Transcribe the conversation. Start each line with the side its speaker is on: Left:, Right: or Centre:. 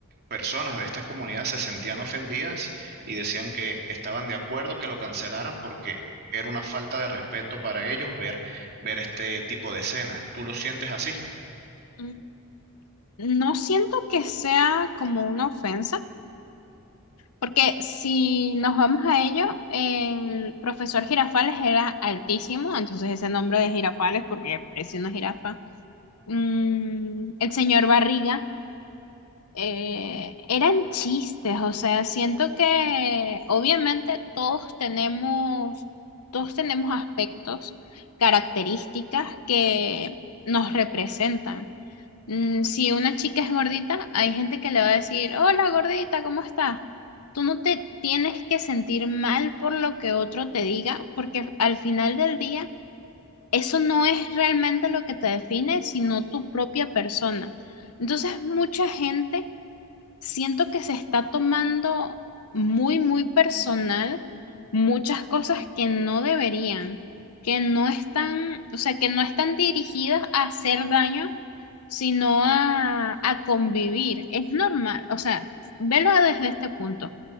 Right: personas de estas comunidades se sentían ofendidas y decían que estaban de acuerdo que lo cancelaran porque era una falta de respeto para ellos ver, ver este tipo de escenas. ¿Tú lo sientes así?
Left: Mm, No siento que sea como una ofensa, porque si nos vamos a ello, el profesor Girafales era altísimo, entonces ese nombre de Girafales, porque es una jirafa mm, el señor Barriga, eh, eran chistes, o sea, siento que obviamente todos tenemos, todos tenemos aspectos, características que nos representan. Mm, si una chica es gordita, hay gente que le va a decir, hola gordita, ¿cómo estás? Tú no te tienes que sentir mal por lo que otro te diga, porque al final del día eso no es realmente lo que te define, sino tu propia persona. Entonces, mucha gente siento que se está tomando muy, muy personal muchas cosas que no deberían, que no están, o sea, que no están dirigidas a hacer daño, sino a, a convivir. Es normal, o sea, velo desde este punto.